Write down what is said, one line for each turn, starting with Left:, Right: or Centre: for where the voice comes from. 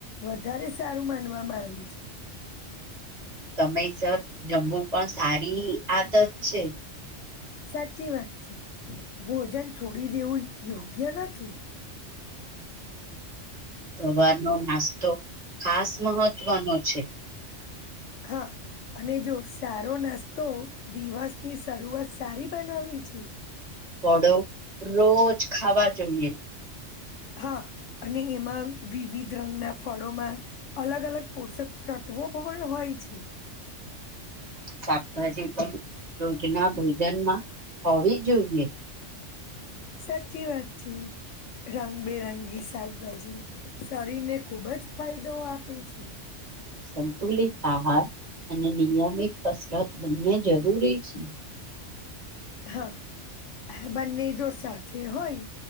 Left: વધારે સારું માનવામાં આવી છે જી
Right: સમયસર જમવુ પણ સારી આદત છે
Left: સાચી વાત છે ભોજન છોડી દેવું યોગ્ય નથી
Right: સવારનોો નાસ્તો ખાસ મહત્વનો છે
Left: હા. અને જો સારો નાસ્તો દિવસની શરૂઆત સારી બનાવી છે.
Right: વળો રોજ ખાવા જોઈએ.
Left: હા અને એમાં વિવિધ રંગના ફળોમાં અલગ અલગ પોષક ના ટોપ પણ હોય છે.
Right: શાકભાજી પણ રોજના ભોજનમાં હોવી જોઈએ
Left: સાચી વાત જી. રંગબેરંગી શાકભાજી શરીરને ખુબ જ ફાયદો આપે છે.
Right: સંતુલિત આહાર અને નિયમિત કસરત બંને જરૂરી છે.
Left: હા હ બંને જો સાથે હોય